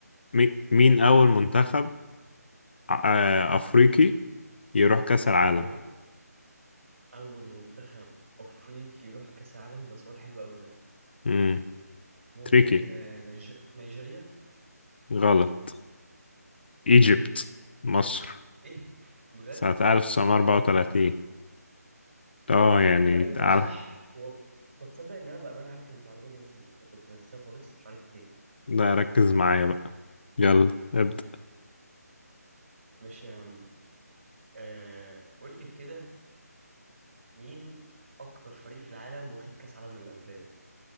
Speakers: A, on the left; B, on the right.
A: مي- مين أول منتخب أه أفريقي يروح كأس العالم؟
B: ايوه اول منتخب افريقي يروح كاس العالم ده سؤال حلو قوي ده
A: مم.
B: ممكن
A: تريكي
B: آه، نيج... نيجيريا
A: غلط
B: امال
A: إيجيبت
B: ايه
A: مصر
B: ايه بجد
A: سنة 1934 اه يعني
B: ايه ده ايوه
A: تعال
B: صح وال... طب تصدق ان انا بامانه عارف المعلومه دي بس نس- كنت ناسيها خالص مش عارف ليه
A: ده ركز معايا بقى يلا ابدأ
B: ماشي يا عم آه... قول لي كده مين اكتر فريق في العالم واخد كاس عالم للانديه